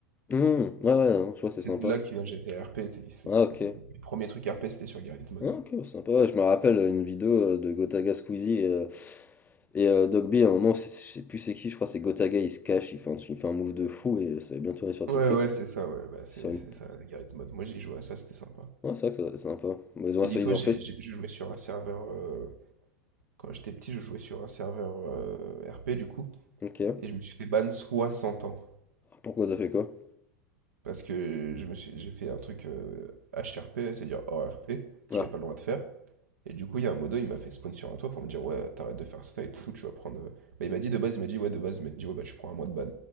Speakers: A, on the left; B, on the right.
A: Hum, ouais ouais, non, je vois, c'est
B: C'est
A: sympa.
B: de là que vient GTA RP, tu sais, c'est,
A: Ah
B: c'est-
A: ok.
B: les premiers trucs RP c'était sur Garry's Mod.
A: Ah, ok, sympa. Ouais, je me rappelle une vidéo euh, de Gotaga Squeezie et, euh, et euh, Doc B, à un moment, c'est- je sais plus c'est qui, je crois, que c'est Gotaga, il se cache, il fait un, il fait un move de fou et ça va bien tourner sur
B: Ouais
A: TikTok.
B: ouais c'est ça, ouais, bah, c'est
A: Sur une...
B: c'est ça, Garry's Mod. Moi j'ai joué à ça, c'était sympa.
A: Ouais, c'est vrai que ça- c'est sympa. Bah, ils ont
B: Mais
A: ça,
B: dis-toi,
A: ils ont
B: j'ai
A: fait.
B: j'ai- je jouais sur un serveur euh, Quand j'étais petit, je jouais sur un serveur euh, RP du coup,
A: Ok.
B: et je me suis fait ban 60 ans.
A: Pourquoi t'as fait quoi?
B: Parce que je me suis, j'ai fait un truc euh, HRP, c'est-à-dire hors RP, que
A: Ah,
B: j'avais pas le droit de faire. Et du coup, il y a un modo, il m'a fait spawn sur un toit pour me dire, ouais, t'arrêtes de faire ça et tout, tu vas prendre. euh, Bah, il m'a dit de base, il m'a dit, ouais, de base, il m'a dit, ouais, bah, tu prends un mois de ban.